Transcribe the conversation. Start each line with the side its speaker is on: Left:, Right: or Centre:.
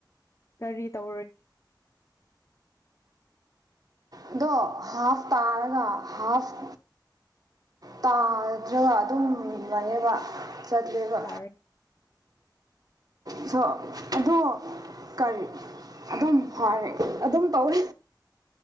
Left: ꯀꯔꯤ ꯇꯧꯔꯦ
Right: ꯑꯗꯣ ꯍꯥꯐ ꯇꯥꯔꯒ ꯍꯥꯐ ꯇꯥꯗ꯭ꯔꯒ ꯑꯗꯨꯝ ꯂꯩꯌꯦꯕ ꯆꯠꯂꯦꯕ
Left: ꯐꯔꯦ
Right: ꯁꯣ ꯑꯗꯣ ꯀꯔꯤ ꯑꯗꯨꯝ ꯐꯔꯦ ꯑꯗꯨꯝ ꯇꯧꯋꯦ